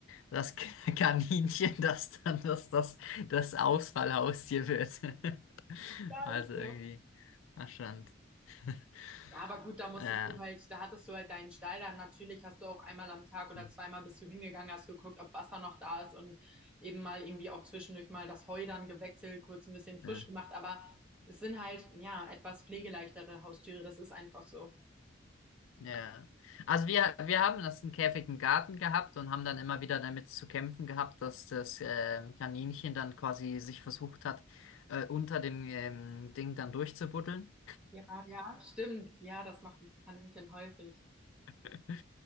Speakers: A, on the left; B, in the centre.
A: dass K- <laughs> Kaninchen das dann, dass das das Ausfallhaustier wird. <laughs>
B: Ja,
A: Also
B: ist so.
A: irgendwie, ach schon. <laughs>
B: Ja, aber gut, da musstest
A: Ja.
B: du halt, da hattest du halt deinen Stall, dann natürlich hast du auch einmal am Tag oder
A: Hm.
B: zweimal bist du hingegangen, hast geguckt, ob Wasser noch da ist und eben mal irgendwie auch zwischendurch mal das Heu dann gewechselt, kurz ein bisschen frisch
A: Ja.
B: gemacht, aber es sind halt, ja, etwas pflegeleichtere Haustiere, das ist einfach so.
A: Ja. Also wir, wir haben das einen Käfig im Garten gehabt und haben dann immer wieder damit zu kämpfen gehabt, dass das ähm, Kaninchen dann quasi sich versucht hat, äh, unter dem ähm, Ding dann durchzubuddeln.
B: Ja, ja, stimmt. Ja, das macht ein Kaninchen häufig.
A: <laughs>